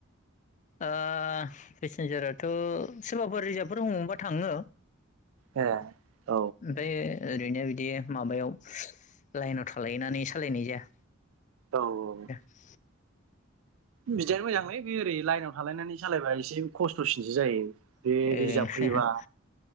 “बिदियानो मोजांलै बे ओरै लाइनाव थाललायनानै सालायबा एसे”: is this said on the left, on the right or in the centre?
Right